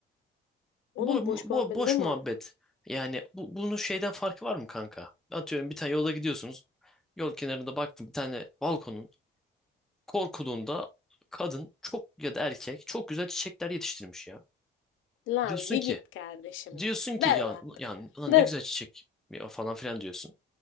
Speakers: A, on the left; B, in the centre.
A: Oğlum
B: Bo
A: boş muhabbet
B: bo- boş
A: ne mana?
B: muhabbet. Yani bu bunun şeyden farkı var mı kanka? Atıyorum bir tane yolda gidiyorsunuz. Yol kenarında baktım bir tane balkonun korkuluğunda kadın çok ya da erkek çok güzel çiçekler yetiştirmiş ya.
A: Lan
B: Diyorsun
A: bir
B: ki
A: git kardeşim
B: diyorsun
A: lan.
B: ki
A: Der
B: ya
A: lan.
B: yani ulan
A: Der
B: ne güzel çiçek ya falan filan diyorsun.